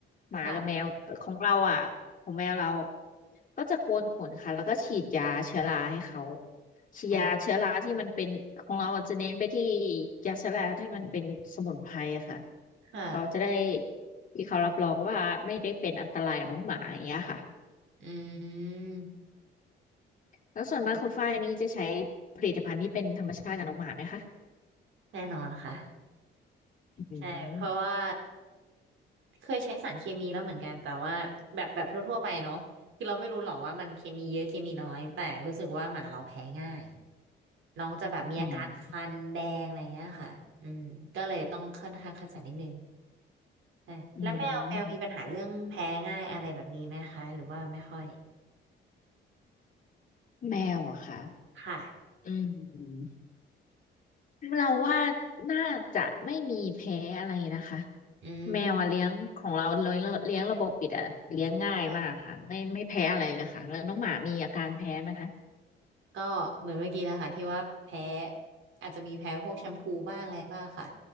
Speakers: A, on the left; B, on the right.
A: หมากับแมวแต่ของเราอะของแมวเรา
B: ค่ะ
A: ก็จะโกนขนค่ะแล้วก็ฉีดยาเชื้อราให้เขาฉีดยาเชื้อราที่มันเป็นของเราจะเน้นไปที่
B: อ๋อ
A: ยาเชื้อราที่มันเป็นสมุนไพรค่ะ
B: ค่ะ
A: เขาจะได้ที่เขารับรองว่าไม่ได้เป็นอันตรายกับน้องหมาอย่างเงี้ยค่ะ
B: อืม
A: แล้วส่วนมากคุณฝ้ายนี่จะใช้ผลิตภัณฑ์ที่เป็นธรรมชาติกับน้องหมาไหมคะ
B: แน่นอนค่ะ
A: อืม
B: ใช่เพราะว่าเคยใช้สารเคมีแล้วเหมือนกันแต่ว่าแบบแบบทั่วๆไปเนาะคือเราไม่รู้หรอกว่ามันเคมีเยอะเคมีน้อยแต่รู้สึกว่าหมาเราแพ้ง่ายน้องจะแบบมีอาการคันแดงอะไรเงี้ยค่ะอืมก็เลยต้องค่อนข้างคัดสรรนิดนึง
A: อืม
B: ใช่แล้วแมวแมวมีปัญหาเรื่องแพ้ง่ายอะไรแบบนี้ไหมคะหรือว่าไม่ค่อย
A: อืมแมวอะค่ะ
B: ค่ะ
A: อืมเราว่าน่าจะไม่มีแพ้อะไรนะคะ
B: อืม
A: แมวอะเลี้ยงของเราเลี้ยงเลี้ยงระบบปิดอะเลี้ยงง่ายมากค่ะไม่ไม่แพ้อะไรเลยค่ะแล้วน้องหมามีอาการแพ้ไหมคะ
B: ค่ะก็เหมือนเมื่อกี้แล้วค่ะที่ว่าแพ้อาจจะมีแพ้พวกแชมพูบ้างอะไรบ้างค่ะ